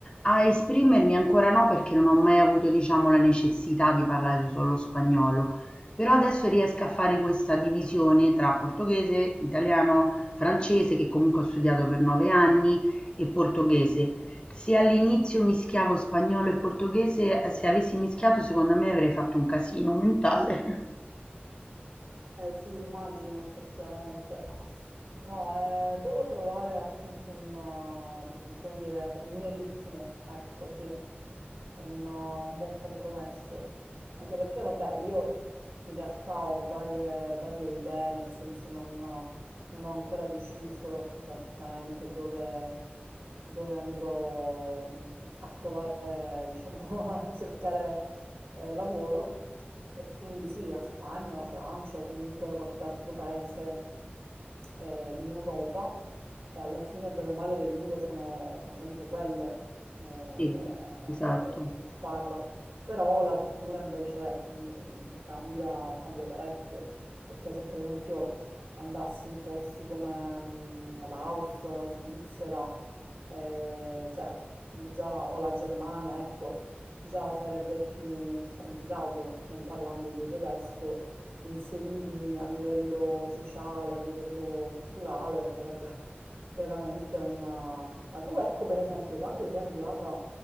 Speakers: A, on the left; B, on the right.
A: a esprimermi ancora no perché non ho mai avuto diciamo la necessità di parlare solo spagnolo, però adesso riesco a fare questa divisione tra portoghese, italiano, francese che comunque ho studiato per nove anni e portoghese. Se all'inizio mischiavo spagnolo e portoghese, se avessi mischiato secondo me avrei fatto un casino mentale. <laughs>
B: Eh sì, immagino effettivamente. No, eh, devo trovare appunto un, um, come dire, il mio ritmo, ecco, sì, un, uh, un buon compromesso. Anche perché, vabbè, io in realtà ho varie, varie idee, nel senso non ho, non ho ancora deciso esattamente dove, dove andrò mm, a provare, diciamo, <laughs> a cercare eh, lavoro. E quindi sì, la Spagna, la Francia o comunque qualche altro paese eh, in Europa e alla fine, bene o male, le lingue sono, sono sempre quelle eh,
A: Sì,
B: che,
A: esatto.
B: che- che si parlano, però la cultura invece mh, cambia, cambia parecchio, perché se per esempio andassi in posti come mh, l'Austria o la Svizzera, eh, cioè già o la Germania, ecco, già sarebbe più, più complicato, non parlando io tedesco, inserirmi a livello sociale, a livello culturale, sarebbe <laughs> veramente una... Ma tu ecco per esempio quando sei arrivata